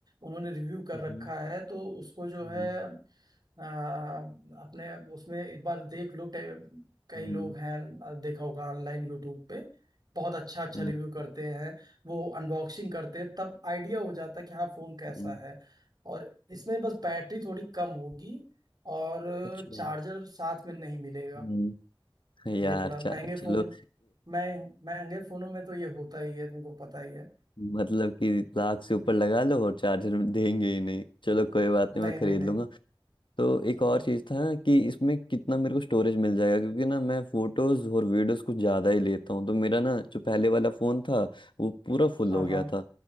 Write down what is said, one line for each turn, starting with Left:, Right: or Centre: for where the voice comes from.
Right: उन्होंने रिव्यू कर
Left: हम्म,
Right: रखा है तो उसको जो
Left: हम्म,
Right: है आ, अपने उसमें एक बार देख लो टे- कई
Left: हम्म,
Right: लोग हैं आ, देखा होगा ऑनलाइन यूट्यूब पे बहुत अच्छा अच्छा
Left: हम्म,
Right: रिव्यू करते हैं वो अनबॉक्सिंग करते हैं तब आइडिया हो जाता है कि हाँ फोन कैसा
Left: हम्म,
Right: है और इसमें बस बैटरी थोड़ी कम होगी और
Left: अच्छा
Right: चार्जर साथ में नहीं मिलेगा
Left: हम्म, यार
Right: ये थोड़ा महंगे
Left: चा- चलो
Right: फोन मैं महंगे फोनों में तो ये होता ही है तुमको पता ही है
Left: मतलब कि लाख से ऊपर लगा लो और चार्जर देंगे ही नहीं चलो कोई बात
Right: नहीं
Left: नहीं मैं खरीद
Right: नहीं नहीं
Left: लूंगा तो एक
Right: हाँ
Left: और चीज़ था कि इसमें कितना मेरे को स्टोरेज मिल जाएगा क्योंकि ना मैं फोटोज और वीडियोस कुछ ज़्यादा ही लेता हूँ तो मेरा ना जो पहले वाला फ़ोन था वो पूरा फुल
Right: हाँ
Left: हो गया
Right: हाँ।
Left: था